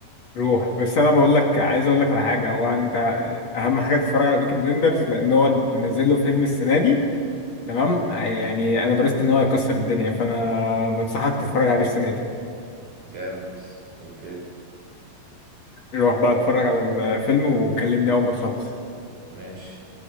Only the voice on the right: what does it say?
جامد أوكي
ماشي